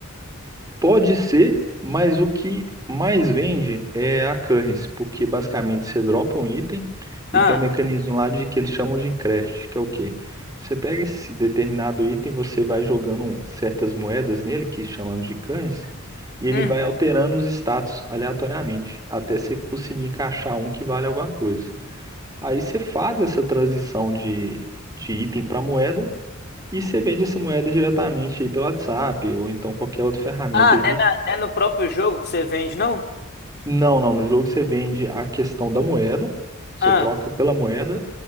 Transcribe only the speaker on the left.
Ah,
hum.
Ah, não é, na- não é no próprio jogo que você vende, não?
Ah,